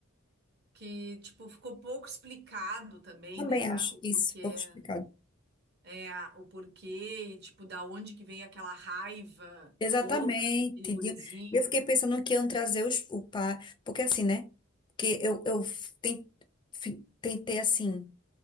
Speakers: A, on the right; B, on the left.
A: Que, tipo, ficou pouco explicado também,
B: Também
A: né?
B: acho
A: O porquê.
B: isso pouco explicado.
A: É, o porquê, e, tipo, da onde que vem aquela raiva
B: Exatamente.
A: louca daquele gurizinho.
B: E eu e eu fiquei pensando que iam trazer os, o pai, porque assim, né? Porque eu, eu ten- fi- tentei assim.